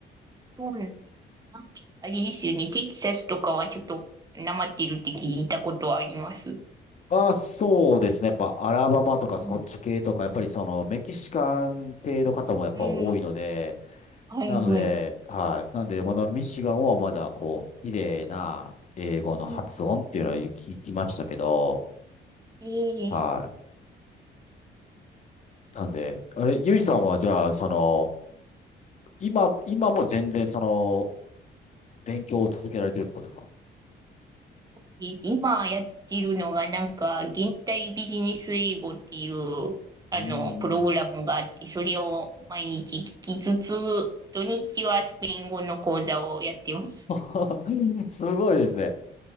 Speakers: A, on the right; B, on the left.
A: そうなんなんかあれですよね。テキサスとかはちょっとなまってるって聞いたことはあります。
B: あ、そうですね。やっぱ、アラバマとかそっち系とか、
A: うん。
B: やっぱりその、メキシカン系の方もやっぱ多いので、
A: うん。はいはい。
B: なので、はい。なんで、まだミシガンはまだ、こう、綺麗な英語の発音っていうのは聞きましたけど、
A: うん。ええ
B: はい。なんで、あれ、ゆいさんはじゃあ、その、今、今も全然その、勉強を続けられてるってことですか
A: 今やってるのがなんか、現代ビジネス英語っていう、あの、
B: うー
A: プログラムがあって、
B: ん。
A: それを毎日聞きつつ、土日はスペイン語の講座をやってます。
B: <laughs> すごいですね。